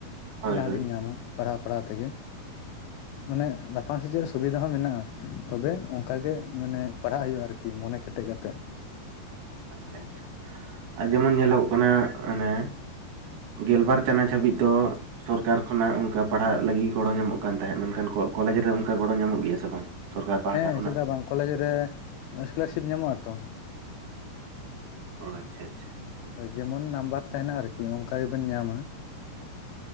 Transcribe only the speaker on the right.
ᱦᱳᱭ
ᱦᱳᱭ
<inaudible>
ᱟᱪᱪᱷᱟ ᱟᱪᱪᱷᱟ ᱟᱨ ᱡᱮᱢᱚᱱ ᱧᱮᱞᱚᱜ ᱠᱟᱱᱟ ᱚᱱᱮ ᱜᱮᱞᱵᱟᱨ ᱪᱟᱱᱟᱪ ᱦᱟᱹᱵᱤᱡ ᱫᱚ ᱥᱚᱨᱠᱟᱨ ᱠᱷᱚᱱᱟᱜ ᱚᱱᱠᱟ ᱯᱟᱲᱦᱟᱜ ᱞᱟᱹᱜᱤᱫ ᱜᱚᱲᱚ ᱧᱟᱢᱚᱜ ᱠᱟᱱ ᱛᱟᱦᱮᱸᱫ᱾ᱢᱮᱱᱠᱷᱟᱱ ᱠᱚᱞᱮᱡᱽ ᱨᱮ ᱚᱱᱠᱟ ᱜᱚᱲᱚ ᱧᱟᱢᱚᱜ ᱜᱮᱭᱟ ᱥᱮ ᱵᱟᱝ? ᱥᱚᱨᱠᱟᱨ ᱯᱟᱦᱴᱟ
ᱠᱷᱚᱱᱟᱜ
ᱚ ᱟᱪᱪᱷᱟ ᱟᱪᱷᱟ ᱾